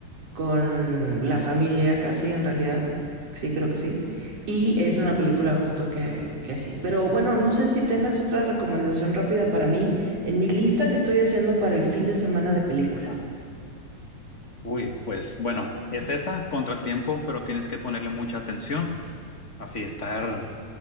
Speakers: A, on the right (about 55°); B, on the left (about 40°).
A: con la familia casi en realidad. Sí, creo que sí. Y es una película justo que, que así. Pero bueno, no sé si tengas otra recomendación rápida para mí en mi lista que estoy haciendo para el fin de semana de películas.
B: Ajá. Uy, pues bueno, es esa, contratiempo, pero tienes que ponerle mucha atención, así estar